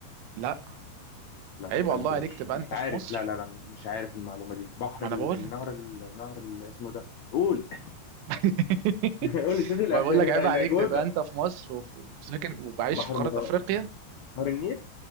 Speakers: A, on the right; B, on the left.
A: لا
B: لا
A: عيب
B: يبقى
A: والله
B: أنا كده
A: عليك
B: مش
A: تبقى
B: مش
A: انت
B: عارف
A: في مصر
B: لا لا لا مش عارف المعلومة دي بحر
A: ما
B: ال-
A: انا بقول
B: النهر
A: لك
B: ال- النهر اللي اسمه ده قول
A: <laughs>
B: <laughs> قول لي سيدي الأ-
A: ما بقول لك عيب
B: الأجوبة
A: عليك تبقى انت في مصر وفي ساكن وعايش
B: بحر
A: في قاره
B: متوسط
A: افريقيا
B: نهر النيل